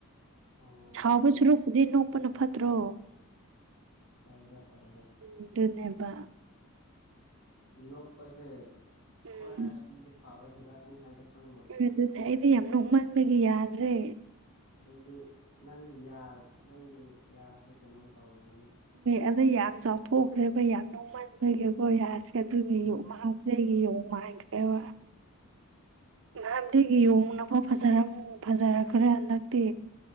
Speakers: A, on the left; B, on the right.
A: ꯑꯣ
B: ꯁꯥꯎꯗꯣꯏ
A: ꯑꯣ
B: ꯁꯔꯨꯛꯄꯨꯗꯤ ꯅꯣꯛꯄꯅ ꯐꯠꯇ꯭ꯔꯣ
A: ꯐꯩꯗ ꯐꯩꯗ
B: ꯑꯗꯨꯅꯦꯕ
A: ꯅꯣꯛꯄꯁꯦ
B: ꯎꯝ
A: ꯈ꯭ꯋꯥꯏꯗꯒꯤ ꯐꯕ ꯍꯤꯗꯥꯛꯅꯤ ꯍꯥꯏꯗꯣ ꯈꯪꯕ꯭ꯔꯣ
B: ꯍꯣꯏ ꯑꯗꯨꯅꯦ ꯑꯩꯗꯤ ꯌꯥꯝ ꯅꯣꯛꯃꯟꯕꯒꯤ ꯌꯥꯗ꯭ꯔꯦ
A: ꯑꯗꯩꯗꯤ ꯅꯪꯒꯤ ꯌꯥ ꯅꯪꯒꯤ ꯌꯥꯁꯦ ꯀꯩꯅꯣꯝ ꯇꯧꯔꯝꯃꯅꯤ
B: ꯑꯗꯨ ꯌꯥꯝ ꯆꯥꯎꯊꯣꯛꯈ꯭ꯔꯦꯕ ꯌꯥꯝ ꯅꯣꯡꯃꯟꯕꯒꯤꯀꯣ ꯌꯥꯁꯦ ꯑꯗꯨꯒꯤ
A: ꯎꯝ
B: ꯌꯣꯛ ꯃꯍꯥꯎ ꯗꯒꯤ ꯌꯣꯡ ꯃꯥꯟꯈ꯭ꯔꯦꯕ ꯅꯍꯥꯟꯗꯒꯤ ꯌꯣꯡꯅ ꯐꯧ ꯐꯖꯔꯝ ꯐꯖꯔꯛꯈ꯭ꯔꯦ ꯍꯟꯗꯛꯇꯤ